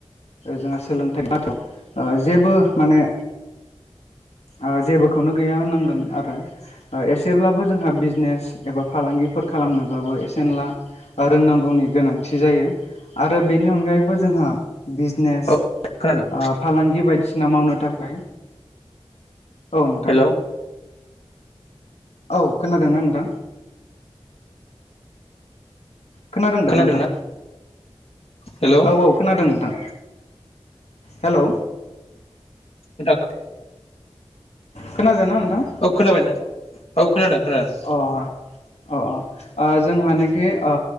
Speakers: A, on the left; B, on the left.
A: जोंहा सोलोंथाइ बाथायाव जेबो माने आं जेबोखौनो गैया होननांगोन आरो। एसेब्लाबो जोंहा बिजनेस एबा फालांगिफोर खालामनोब्लाबो एसे एनला रोंनांगौनि गोनांथि जायो। आरो बेनि अनगायैबो जोंहा बिजनेस
B: औ खोनादों
A: आ फालांगि बायदिसिना मावनो थाखाय औ नोंथां
B: हेलौ
A: औ खोनादोंना नोंथां खोनादों दा
B: खोनादोंना
A: नोंथां
B: हेलौ
A: औ औ खोनादों नोंथां हेल'।
B: <unintelligible>
A: खोनदों ना नोंथां?
B: औ खोनाबाय नोंथां औ खोनादों खोनादों।
A: अ अ आं जोंहानिखि आ